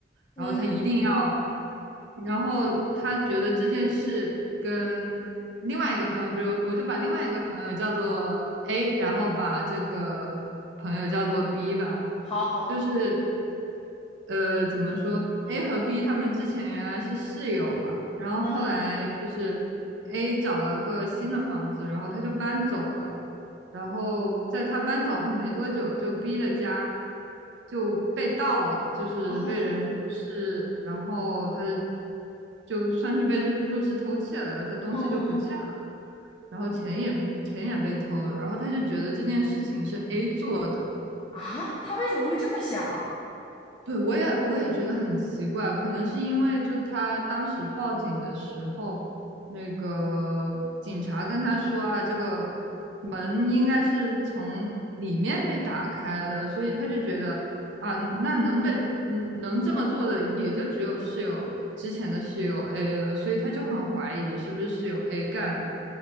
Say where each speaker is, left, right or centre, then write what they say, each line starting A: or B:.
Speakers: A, on the left; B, on the right.
A: 嗯，
B: 然后他一定要，然后他觉得这件事跟另外一个朋友，比如我就把另外一个朋友叫做 A，然后把这个朋友叫做 B 吧，
A: 好，好，
B: 就是
A: 好。
B: 呃，怎么说？A 和 B 他们之前原来是室友嘛，然后后来就是
A: 嗯，
B: A 找了个新的房子，然后他就搬走了，然后在他搬走后没多久，就 B 的家就被盗了，就是被人入室，
A: 哦，
B: 然后他的就算是被入入室偷窃了，然后他东西就不见了，
A: 嗯嗯嗯，
B: 然后钱也钱也被偷了，然后他就觉得这件事情是 A 做的。
A: 啊，他为什么会这么想？
B: 对，我也我也觉得很奇怪，可能是因为就他当时报警的时候，那个警察跟他说啊，这个门应该是从里面被打开的，所以他就觉得啊，那能被嗯能这么做的也就只有室友之前的室友 A 了，所以他就很怀疑是不是室友 A 干的，